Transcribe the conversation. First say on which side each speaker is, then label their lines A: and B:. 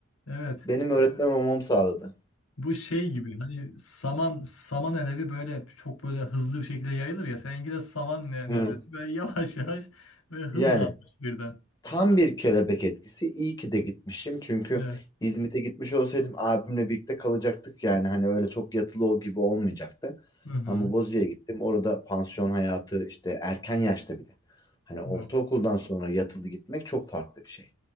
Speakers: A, on the left; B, on the left.
A: evet.
B: benim öğretmen olmamı sağladı.
A: Bu şey gibi hani saman saman alevi böyle çok böyle hızlı bir şekilde yayılır ya. Seninki de saman ne-
B: Evet.
A: nezlesi böyle <laughs> yavaş yavaş ve hızlanmış
B: Yani
A: birden.
B: tam bir kelebek etkisi. İyi ki de gitmişim. Çünkü
A: Evet.
B: İzmit'e gitmiş olsaydım abimle birlikte kalacaktık. Yani hani öyle çok yatılı o gibi olmayacaktı.
A: Hı hı.
B: Ama Bozüyük'e gittim. Orada pansiyon hayatı işte erken yaşta bile. Hani ortaokuldan
A: Evet.
B: sonra yatılı gitmek çok farklı bir şey.